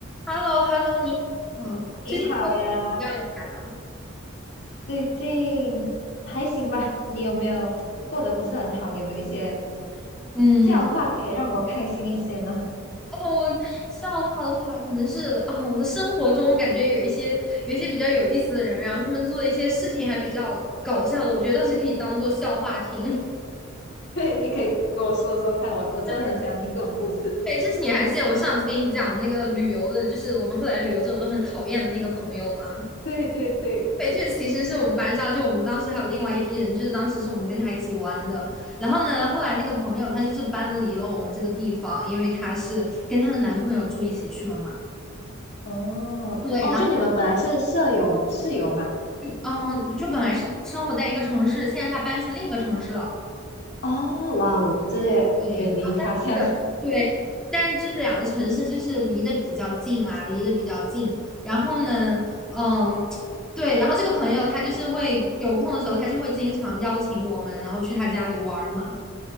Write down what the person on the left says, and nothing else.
你好呀，
最近还行吧？你有没有过得不是很好？你有没有一些
笑话可以让我开心一些呢？
<laughs> 对，你可以跟我说说看，我我真的很喜欢听这种故事。
对对对，
哦哦，
就你们本来是舍友室友嘛？
哦，哇哦，这些远离他乡。